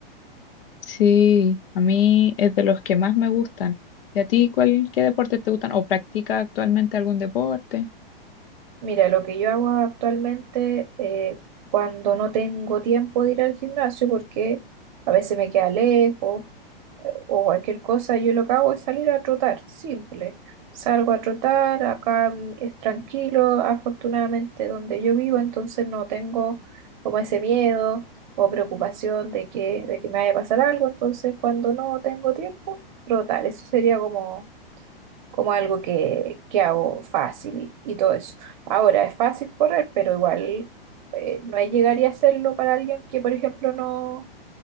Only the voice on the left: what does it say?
sí, a mí es de los que más me gustan. ¿Y a ti cuál, qué deportes te gustan o practicas actualmente algún deporte?